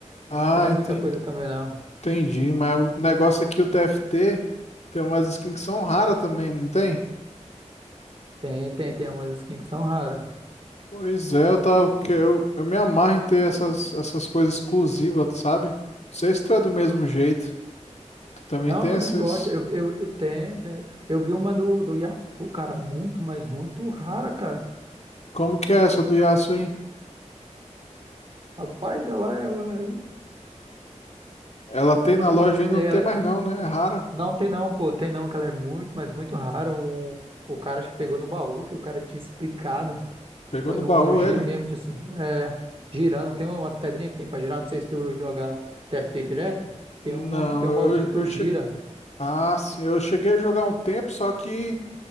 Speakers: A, on the left; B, on the right.
A: Ah,
B: Mas não é
A: enten-
B: muita coisa também, não.
A: entendi. Mas o negócio é que o TFT tem umas skins que são raras também, não tem?
B: Tem, tem, tem umas skins que são raras.
A: Pois é, eu, tava, que eu, eu me amarro em ter essas, essas coisas exclusivas, tu sabe? Não sei se tu é do mesmo jeito. Tu também
B: Não,
A: tem
B: eu também
A: essas.
B: gosto. Eu, eu, eu- tem, tem. Eu vi uma do, do Yasu, cara, muito, mas muito rara, cara.
A: Como que é essa do Yasuo, hein?
B: Rapaz, ela é.
A: Ela tem
B: Como
A: na
B: é que
A: loja
B: eu posso dizer?
A: ainda, não
B: Ela
A: tem mais
B: é-
A: não, né? É rara.
B: Não tem não, pô. Tem não, que ela é muito, mas muito rara. O, o cara acho que pegou no baú, que o cara tinha explicado.
A: Pegou
B: Foi
A: no
B: no,
A: baú
B: no giro
A: ele?
B: mesmo, de, se- é, girando. Tem umas pedrinhas que tem pra girar. Não sei se tu joga TFT direto. Tem
A: Não,
B: um, tem
A: eu,
B: um baúzinho que tu
A: eu cheguei.
B: gira.
A: Ah, sim, eu cheguei a jogar um tempo, só que,